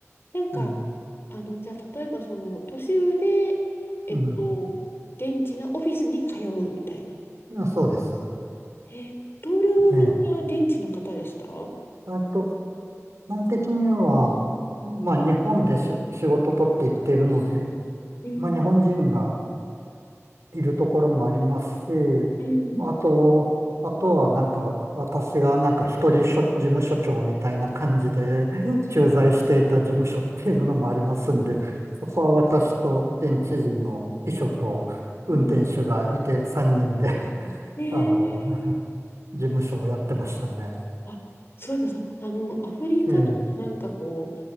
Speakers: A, on the left (about 50°); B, on the right (about 70°).
A: なんか、
B: ええ、う
A: あの、じゃあ、例えばその、都市部で、えっと、
B: ん。
A: 現地のオフィスに通うみたいな。
B: うんそうです。
A: え、同僚はみんな現地の方でした
B: ええ。あと、基本的には、まあ、日本でし仕事取っていっているので、
A: うん、
B: まあ、日本人が、いるところもありますし、
A: うん、
B: まあと、あとはなんか、私がなんか一人所事務所長みたいな感じで駐在していた事務所っていうのもありますんで、
A: え
B: そこは私と現地人の秘書と運転手がいて3人で
A: う
B: <laughs>
A: ん、え
B: あの、<laughs> 事務所をやってましたね。
A: あ、そういえばさ、あの、アフリカとかなんかこ
B: ええ、